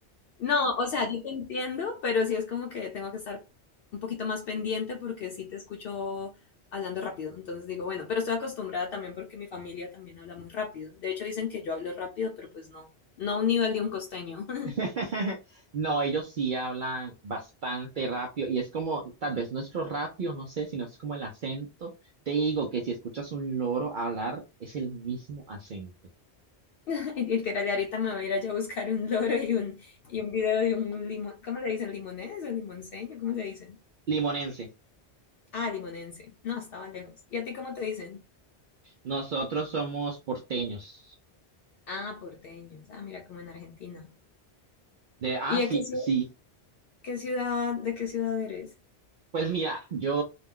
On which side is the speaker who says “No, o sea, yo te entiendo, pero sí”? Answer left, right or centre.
Left